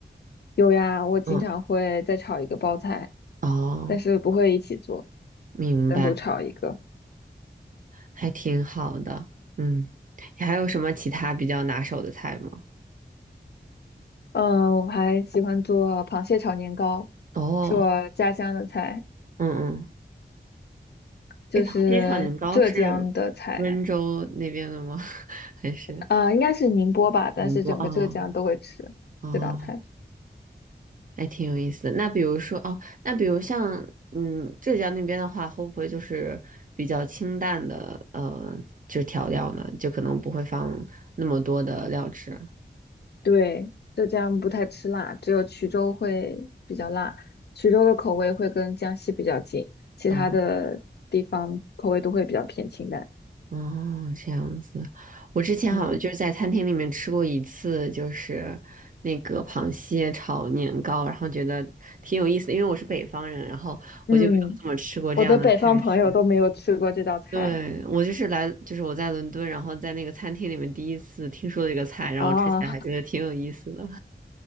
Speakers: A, on the left; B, on the right.
A: 有呀，我经常会再炒一个包菜，
B: 嗯，哦，
A: 但是不会一起做，
B: 明白，
A: 单独炒一个。
B: 还挺好的。嗯，你还有什么其他比较拿手的菜吗？
A: 嗯，我还喜欢做螃蟹炒年糕，
B: 哦，
A: 是我家乡的菜，
B: 嗯嗯，
A: 就是浙江的菜，
B: 哎，螃蟹炒年糕是温州那边的吗？<laughs> 还是
A: 啊、应该是宁波吧，但是整个浙江都会吃这道菜。
B: 宁波？哦哦，还挺有意思的。那比如说哦，那比如像嗯浙江那边的话，会不会就是比较清淡的呃，就是调料呢？就可能不会放那么多的料汁。
A: 对，浙江不太吃辣，只有衢州会比较辣。衢州的口味会跟江西比较近，其他的地方口味都会比较偏清淡。
B: 哦哦，这样子。我之前好像就是在餐厅里面吃过一次，
A: 嗯
B: 就是那个螃蟹炒年糕，然后觉得挺有意思的，因为我是北方人，然后我就没有怎么吃过这样的菜式。
A: 嗯，我的北方朋友都没有吃过这道菜
B: 对，我就是来，就是我在伦敦，然后在那个餐厅里面第一次听说这个菜，然后吃起来还觉得挺有意思的。
A: 啊，<laughs>